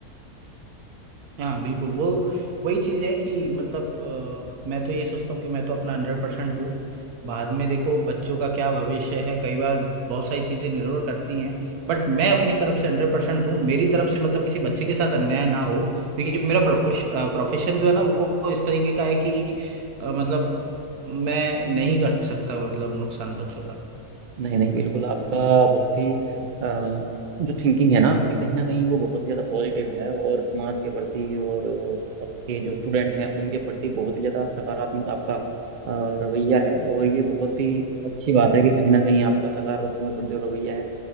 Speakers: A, on the right (about 80°); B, on the right (about 60°).
A: हाँ बिल्कुल वो वही चीज है कि मतलब अ, मैं तो ये सोचता हूँ कि मैं तो अपना हंड्रेड परसेंट दूँ बाद में देखो बच्चों का क्या भविष्य है कई बार बहुत सारी चीजें निर्भर करती हैं बट मैं अपनी तरफ से हंड्रेड परसेंट दूँ मेरी तरफ से मतलब किसी बच्चे के साथ अन्याय ना हो क्योंकि मेरा प्रोफेशन जो है ना वो वो इस तरीके का है कि अ, मतलब मैं नहीं कर सकता मतलब नुकसान बच्चों का
B: नहीं नहीं बिल्कुल आपका बहुत ही अ, जो थिंकिंग है ना आपकी कहीं ना कहीं वो बहुत ही ज़्यादा पॉजिटिव है और समाज के प्रति और अ, आपके जो स्टूडेंट हैं उनके प्रति बहुत ही ज़्यादा सकारात्मक आपका अ, रवैया है और ये बहुत ही अच्छी बात है कि कहीं ना कहीं आपका सकारात्मक जो रवैया है